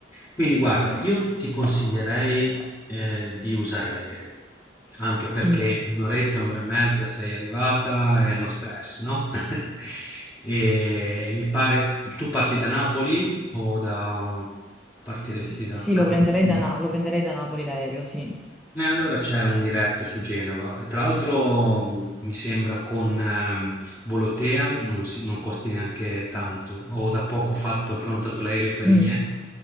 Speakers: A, on the left (about 20°); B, in the centre.
A: Quindi guarda, io ti consiglierei eh, di usare l'aereo, anche perché
B: Mm.
A: in un'oretta, un'ora e mezza sei arrivata e no stress, no? <laughs> E mi pare, tu parti da Napoli o da... partiresti da
B: Sì,
A: Capodichino?
B: lo prenderei da, Na- lo prenderei da Napoli l'aereo, sì.
A: Eh, allora c'è un diretto su Genova, e tra l'altro mh, mi sembra con ehm, Volotea, non, si- non costi neanche tanto. Ho da poco fatto, ho prenotato l'aereo per
B: Mm,
A: i miei,